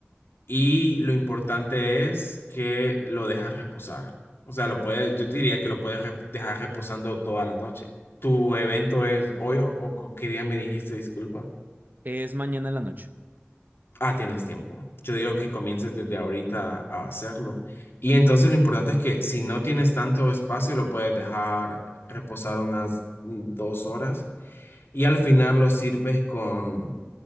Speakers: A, on the left; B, on the right.
A: y lo importante es que lo dejas reposar. O sea, lo puedes, yo diría que lo puedes rep- dejar reposando toda la noche. ¿Tu evento es hoy o, o qué día me dijiste, disculpa?
B: Es mañana en la noche.
A: Ah, tienes tiempo. Yo digo que comiences desde ahorita a hacerlo. Y entonces lo importante es que si no tienes tanto espacio, lo puedes dejar reposar unas mm, dos horas y al final lo sirves con,